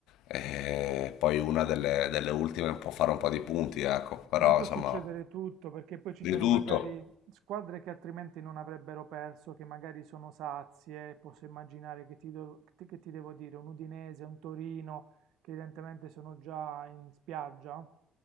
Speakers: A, on the left; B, on the right.
A: e poi una delle, delle ultime può fare un po' di punti, ecco, però
B: lì può
A: insomma,
B: succedere tutto perché poi ci
A: di
B: sono
A: tutto.
B: magari squadre che altrimenti non avrebbero perso, che magari sono sazie, posso immaginare che ti, do- che ti che ti devo dire, un Udinese, un Torino, che evidentemente sono già in spiaggia,